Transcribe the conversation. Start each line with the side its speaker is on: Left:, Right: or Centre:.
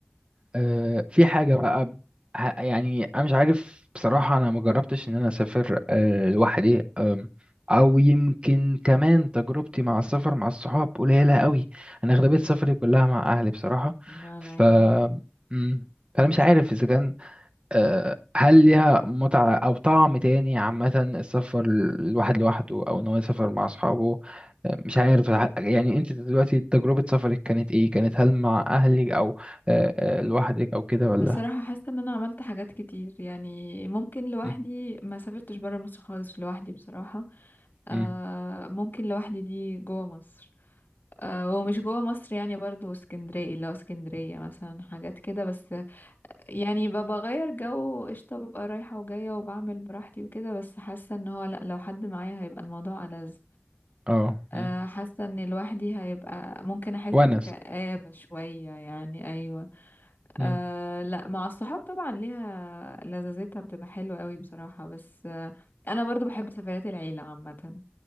Right: آه، في حاجة بقى ب- ه- يعني أنا مش عارف بصراحة أنا ما جربتش إن أنا أسافر آه، لوحدي آم، أو يمكن كمان تجربتي مع السفر مع الصحاب قليلة قوي أنا أغلبية سفري كلها مع أهلي بصراحة
Left: <laughs> مع العيلة
Right: ف مم، فأنا مش عارف إذا كان آه، هل ليها متعة أو طعم تاني عامة السفر الواحد لوحده أو إن هو يسافر مع أصحابه آه، مش عارف ح- يعني أنت دلوقتي تجربة سفرك كانت إيه؟ كانت هل مع أهلك أو آه، آه، لوحدك أو كده
Left: بصراحة
Right: ولا؟
Left: حاسة ان انا عملت حاجات كتير يعني ممكن لوحدي
Right: م-
Left: ما سافرتش برا مصر خالص لوحدي بصراحة آه
Right: م.
Left: ممكن لوحدي دي جوه مصر آه، ومش جوه مصر يعني برضو اسكندرية اللي هو اسكندرية مثلا حاجات كده بس يعني ببقى بغير جو قشطة ببقى رايحة وجاية وبعمل براحتي وكده بس حاسة ان هو لأ لو حد معايا هيبقى الموضوع ألذ
Right: أه
Left: آه،
Right: م.
Left: حاسة ان لوحدي هيبقى ممكن احس
Right: ونس
Left: بكآبة شوية يعني ايوه
Right: م.
Left: أه لا مع الصحاب طبعا ليها لذاذتها بتبقى حلوة قوي بصراحة بس أه انا برضو بحب سفريات العيلة عامة